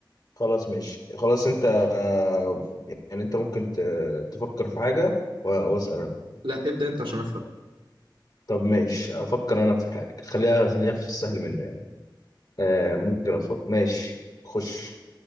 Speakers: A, on the left (about 50°); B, on the right (about 85°).
A: خلاص ماشي خلاص انت آه، يعني انت ممكن ت- تفكر في حاجة و- واسأل انا
B: لا ابدأ انت عشان افهم
A: طب ماشي افكر انا في حاجة خليها خليها في السهل منه يعني آه ممكن افكر ماشي خش